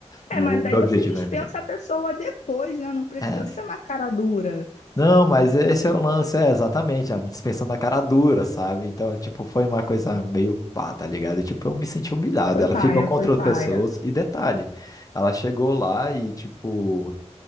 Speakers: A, on the left; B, on the left.
A: O
B: É, mas
A: meu
B: aí você
A: objetivo
B: dispensa
A: é. ficar.
B: a pessoa depois, né? Não precisa
A: É.
B: ser na cara dura.
A: Não, mas esse é o lance, é exatamente, a dispensa da cara dura, sabe? Então, tipo, foi uma coisa meio pá, tá ligado? E, tipo, eu me senti humilhado.
B: Foi
A: Ela
B: paia,
A: ficou contra
B: foi
A: outras
B: paia.
A: pessoas. E detalhe, ela chegou lá e, tipo.